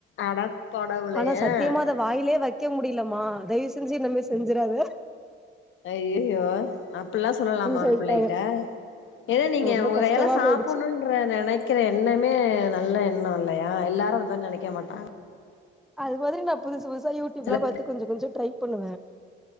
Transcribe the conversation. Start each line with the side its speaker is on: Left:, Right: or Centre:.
Left: அடக் கடவுளே
Centre: ஆனா சத்தியமா
Left: அ
Centre: அத வாயிலே வைக்க முடியலமா தயவு செஞ்சு இனிமே செஞ்சுறாத
Left: ஐயயோ அப்டிலா சொல்லலாமா
Centre: சொல்ட்டாங்க
Left: ஒரு பிள்ளைகிட்ட ஏனா நீங்க
Centre: ரொம்ப
Left: உங்க
Centre: கஷ்டமா
Left: கையால்லா சாப்பணுன்ற
Centre: போயிடுச்சு
Left: நெனைக் க்கிற எண்ணமே நல்ல எண்ணோ இல்லயா எல்லாரு இம் மாரி நெனைக்க மாட்டாங்க
Centre: அது மாதிரி நா புதுசு புதுசா யூடியூப்
Left: சில
Centre: லா பாத்து கொஞ்சோ கொஞ்சோ ட்ரை பண்ணுவே